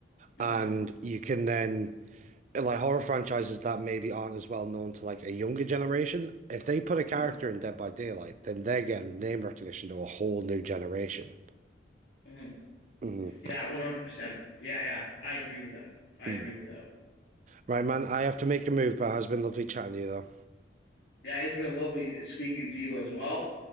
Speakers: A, on the left; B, on the right.
A: hmm
B: And you can then like horror franchises that maybe aren't as well known to like a younger generation, if they put a
A: hmm
B: character in Dead by Daylight, then they're getting name recognition to a whole new generation.
A: hmm
B: Mm,
A: Yeah, 100%. Yeah, yeah. I agree with that. I
B: mm.
A: agree with that.
B: Right, man, I have to make a move, but it has been lovely chatting to you though.
A: Yeah, it's been lovely speaking to you as well.